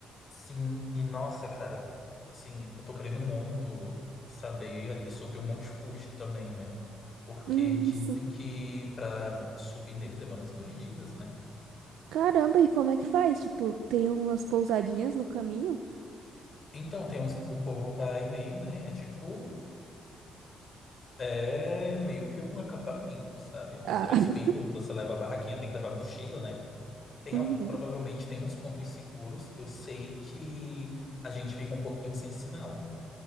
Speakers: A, on the left; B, on the right.
A: Sim, e nossa, cara, assim, eu tô querendo muito saber ali sobre o Monte Fuji também, né? Porque
B: Hum,
A: dizem
B: sim.
A: que pra subir nele demora uns dois dias, né?
B: Caramba, e como é que faz? Tipo, tem umas pousadinhas no caminho?
A: Então, tem uns, o povo vai meio, né? É tipo É meio que um acampamento, sabe? Você
B: Ah.
A: vai subindo,
B: <laughs>
A: você leva a barraquinha, tem que levar a mochila, né? Tem,
B: Uhum.
A: al- provavelmente tem uns pontos seguros. Eu sei que a gente fica um pouquinho sem sinal.